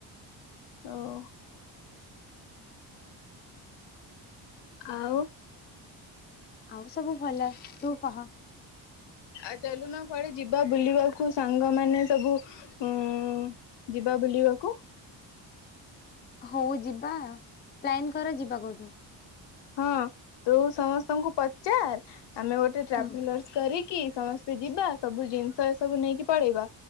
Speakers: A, on the left; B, on the left.
A: ହଁ। ଆଉ।
B: ଆଉ ସବୁ ଭଲ। ତୁ କହ।
A: ହ ଆଉ ଚାଲୁନା କୁଆଡେ ଯିବା ବୁଲିବାକୁ। ସାଙ୍ଗମାନୋନ ସବୁ ଉ ଯିବା ବୁଲିବା ଯିବାକୁ।
B: ହଉ ଯିବା ପ୍ଲାନ କର ଯିବା କୋଉଠି?
A: ହଁ ତୁ ସମସ୍ତଙ୍କୁ ପଚାର ଆମେ ଗୋଟେ ଟ୍ରାଭେଲର୍ସ
B: ହୁଁ
A: କରିକି ସମସ୍ତ ସେ ଯିବା ସବୁ ଜିନିଷ ଏ ସବୁ ନେଇକି ପଳେଇବା।